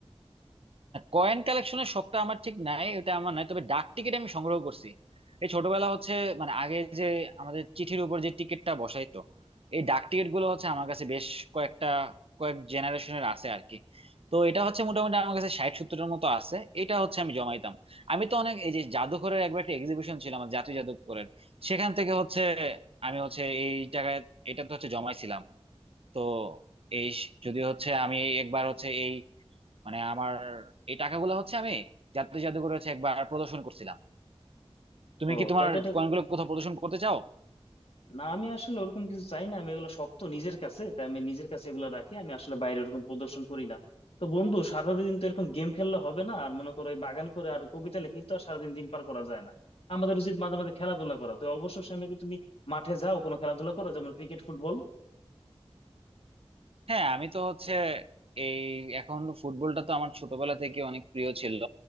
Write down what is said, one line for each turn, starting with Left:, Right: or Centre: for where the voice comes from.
Right: কয়েন কালেকশনের শখটা আমার ঠিক নাই ওটা আমার নাই তবে ডাক টিকিট আমি সংগ্রহ করছি এই ছোটবেলা হচ্ছে মানে আগে যে আমাদের চিঠির উপর যে টিকিটটা বসাইতো এই ডাক টিকিট গুলো হচ্ছে আমার কাছে বেশ কয়েকটা কয়েক জেনারেশনের আছে আর কি তো এটা হচ্ছে মোটামুটি আমার কাছে ষাট সত্তরের মতো আছে এটা হচ্ছে আমি জমাইতাম আমি তো অনেক এই যে জাদুঘরের একবার একটা এক্সিবিশন ছিল আমার জাতীয় জাদুঘরের সেখান থেকে হচ্ছে আমি হচ্ছে এই টাকায় এটা তো হচ্ছে জমাইছিলাম তো এই যদি হচ্ছে আমি একবার হচ্ছে এই মানে আমার এই টাকাগুলো হচ্ছে আমি জাতীয় জাদুঘরে হচ্ছে একবার প্রদর্শন করছিলাম তুমি
Left: ও
Right: কি তোমার
Left: তাহলে তো এটা
Right: কয়েনগুলো কোথাও প্রদর্শন করতে চাও
Left: না আমি আসলে ওরকম কিছু চাই না আমি এগুলো শক্ত নিজের কাছে তাই আমি নিজের কাছে এগুলো রাখি আমি আসলে বাইরে ওরকম প্রদর্শন করি না তো বন্ধু সারাদিন তো এরকম গেম খেললে হবে না আর মনে করো এই বাগান করে আর কবিতা লিখেই তো আর সারাদিন দিন পার করা যায় না আমাদের উচিত মাঝে মাঝে খেলাধুলা করা তো অবসর সময় কি তুমি মাঠে যাও কোনো খেলাধুলা করো যেমন ক্রিকেট ফুটবল
Right: হ্যাঁ আমি তো হচ্ছে এই এখন ফুটবলটা তো আমার ছোটবেলা থেকে অনেক প্রিয় ছিল